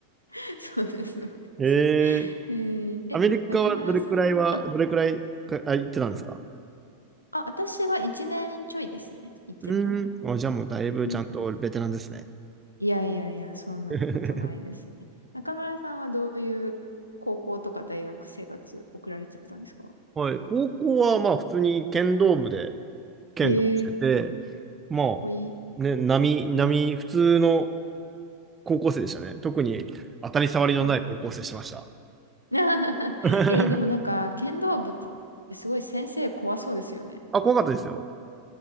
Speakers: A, on the left; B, on the right.
A: <laughs> そうです、そうです。
B: ええ
A: えーえ、
B: アメリカはどれくらいは、
A: 中村さん、あ、
B: どれくらいか、あ、行ってたんですか
A: あ、私は一年ちょいですね。行ってたの。
B: うーん。あ、じゃあもうだいぶちゃんとベテランですね。
A: うん。いやいやいや、そんなことないですね。
B: <laughs>
A: 中村さんはどういう高校とか大学生活送られてたんですか
B: はい。高校はまあ普通に剣道部で剣道してて、
A: ええか
B: まあ、
A: かっこいい。
B: ね、並、並、普通の高校生でしたね。特に当たり障りのない高校生してました。
A: うん <laughs>
B: <laughs>
A: えーでもなんか、剣道部ってすごい先生怖そうですよね。
B: あ、怖かったですよ。